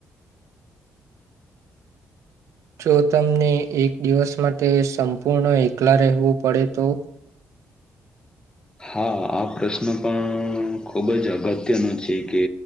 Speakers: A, on the right; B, on the left.
A: જો તમને એક દિવસ માટે સંપૂર્ણ એકલા રહેવું પડે તો?
B: હા આ પ્રશ્ન પણ ખુબ જ અગત્યનો છે કે